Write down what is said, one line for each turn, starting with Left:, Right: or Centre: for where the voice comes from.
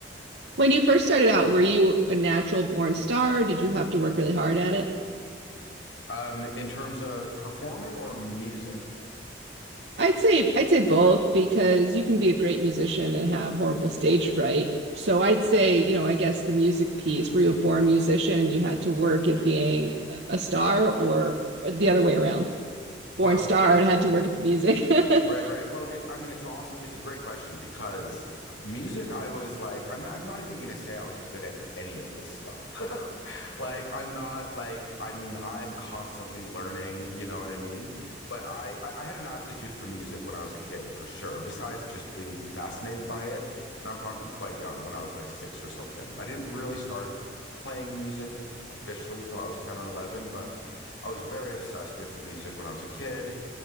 Right: When you first started out, were you a natural born star? Did you have to work really hard at it?
Left: Um, in terms of performing or music?
Right: I'd say I'd say both because you can be a great musician and have horrible stage fright. So I'd say, you know, I guess the music piece, were you a born musician and you had to work at being a star or the other way around? Born
Left: Well,
Right: star and had to work at the music.
Left: Right, right.
Right: <laughs>
Left: Well, it's, I mean, it's an awesome, it's a great question because uh, music, I was like, I mean, I'm not even going to say I was good at any of this stuff. <laughs> Like, I'm not like, I mean, I'm constantly learning, you know what I mean? But I, I I had an aptitude for music when I was a kid, for sure, besides just being fascinated by it. And I'm talking quite young, when I was like six or something. I didn't really start playing music officially till I was 10 or 11, but I was very obsessed with music when I was a kid.